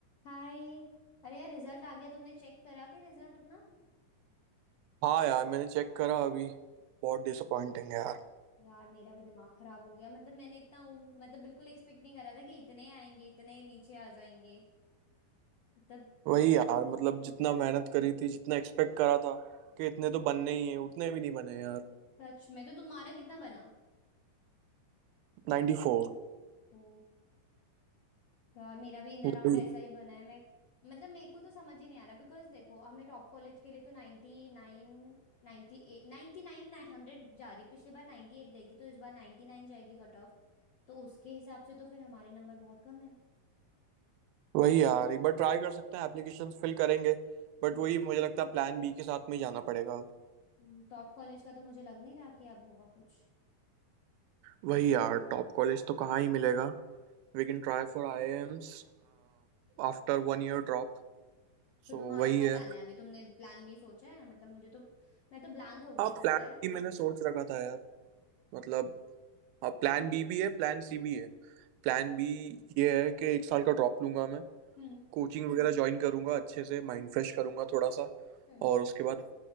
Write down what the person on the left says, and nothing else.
हाय अरे यार रिजल्ट आ गया तुमने चेक करा क्या रिजल्ट अपना
यार मेरा भी दिमाग खराब हो गया मतलब मैंने इतना उम- मतलब बिल्कुल एक्सपेक्ट नहीं करा था कि इतने आएंगे इतने नीचे आ जाएंगे मतलब
सच में तो तुम्हारा कितना बना
ओ यार मेरा भी इन
अराउंड ऐसा ही बना है मैं मतलब मेरे को तो समझ ही नहीं आ रहा बिकॉज देखो हमें टॉप कॉलेज के लिए तो नाइन्टी नाइन नाइन्टी एट नाइन्टी नाइन हंड्रेड जा रही पिछली बार नाइन्टी एट गई थी तो इस बार नाइन्टी नाइन जाएगी कट ऑफ तो उसके हिसाब से तो फिर हमारे नंबर बहुत कम
है
हम्म, टॉप कॉलेज का तो मुझे लग नहीं रहा कि अब होगा कुछ
हम्म।
तो
तुम्हारा
क्या
प्लान है अभी तुमने प्लान भी सोचा है मतलब मुझे तो मैं तो ब्लैंक हो गई
हूँ
पता है
हम्म
हम्म
हम्म